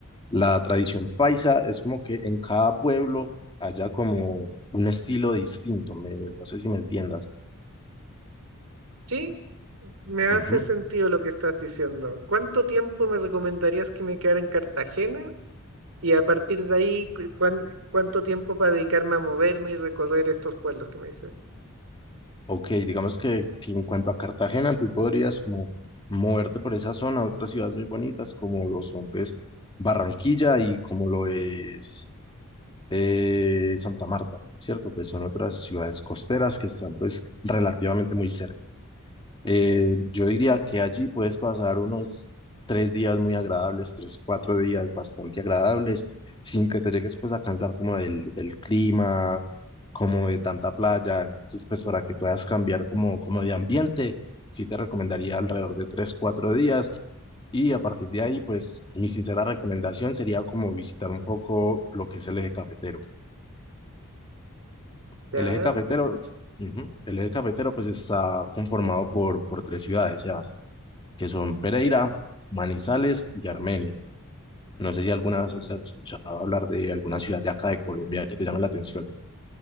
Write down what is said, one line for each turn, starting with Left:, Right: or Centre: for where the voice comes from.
Left: la tradición paisa es como que en cada pueblo haya como un estilo distinto, me- no sé si me entiendas.
Right: Sí, Me hace
Left: Ujú.
Right: sentido lo que estás diciendo. ¿Cuánto tiempo me recomendarías que me quedara en Cartagena? Y a partir de ahí, cu- cuán- ¿cuánto tiempo para dedicarme a moverme y recorrer estos pueblos que me dices?
Left: Ok, digamos que, que en cuanto a Cartagena, tú podrías como moverte por esa zona a otras ciudades muy bonitas como lo son pues Barranquilla y como lo es eh, Santa Marta, ¿cierto? Pues son otras ciudades costeras que están pues relativamente muy cerca. Eh, yo diría que allí puedes pasar unos tres días muy agradables, tres, cuatro días bastante agradables, sin que te llegues pues a cansar como del, del clima, como de tanta playa. Entonces pues para que puedas cambiar como, como de ambiente, sí te recomendaría alrededor de tres, cuatro días. Y a partir de ahí pues mi sincera recomendación sería como visitar un poco lo que es el eje cafetero.
Right: Ya.
Left: El eje cafetero, ujú, el eje cafetero pues está conformado por, por tres ciudades, ya que son Pereira, Manizales y Armenia. No sé si alguna vez has escuchado hablar de alguna ciudad de acá de Colombia que te llame la atención.